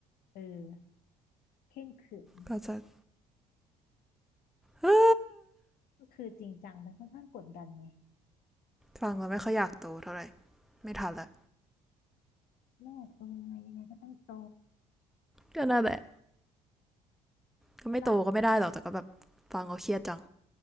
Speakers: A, on the left; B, in the centre.
A: เออเคร่งขรึม
B: ก็จะ <sighs> อ้า
A: ก็คือจริงจังมันค่อนข้างกดดันไง
B: ฟังแล้วไม่ค่อยอยากโตเท่าไหร่ ไม่ทันละ
A: แม่โตยังไงยังไงก็ต้องโต
B: ก็น่าแหละก็ไม่โตก็ไม่ได้หรอก
A: ตลาด
B: แต่ก็แบบฟังก็เครียดจัง